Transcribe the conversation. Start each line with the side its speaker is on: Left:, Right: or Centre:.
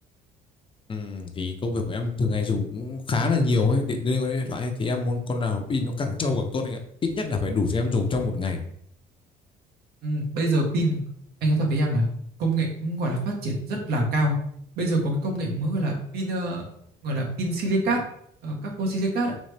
Left: Ừ, thì công việc của em thường ngày dùng cũng khá là nhiều ấy điện liên quan đến điện thoại ấy. thì em muốn con nào pin nó càng trâu càng tốt anh ạ ít nhất là phải đủ cho em dùng trong một ngày
Right: ừ, bây giờ pin anh nói thật với em là công nghệ cũng gọi là phát triển rất là cao bây giờ có cái công nghệ mới gọi là pin ờ, gọi là pin silicat ờ, carbon silicat ấy,